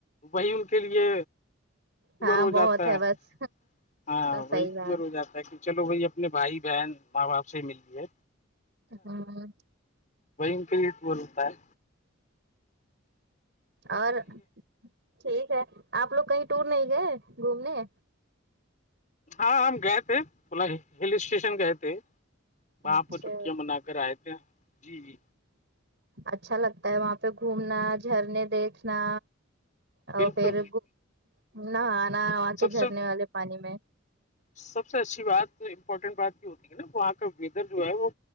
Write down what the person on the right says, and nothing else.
ہاں
بہت
بس
صحیح بات
ہاں
اور ٹھیک ہے آپ لوگ کہیں ٹور نہیں گئے گھومنے
اچھا
اچھا لگتا ہے وہاں پہ گھومنا جھرنے دیکھنا اور
پھر
نہ آنا آ کے
جھرنے والے پانی میں